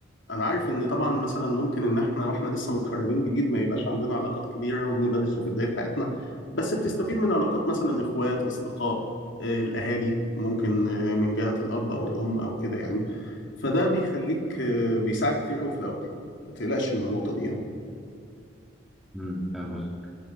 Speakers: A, on the left (about 70°); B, in the centre.
A: انا عارف ان طبعا مثلا ممكن ان احنا واحنا لسه متخرجين جديد ما يبقاش عندنا علاقات كبيره وبنبقى لسه في بدايه حياتنا بس بتستفيد من علاقات مثلا اخوات اصدقاء آه، الاهالي ممكن آه، من جهه الاب او الام او كده يعني فده بيخليك آه، بيساعد كتير قوي في الاول ما تقلقش من النقطه دي يعني
B: امم فاهم قصدك